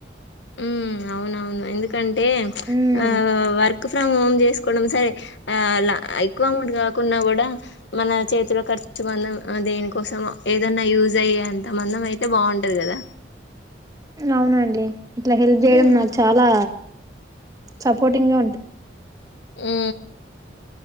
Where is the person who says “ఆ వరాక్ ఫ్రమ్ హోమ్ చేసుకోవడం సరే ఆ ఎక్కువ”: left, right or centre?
Left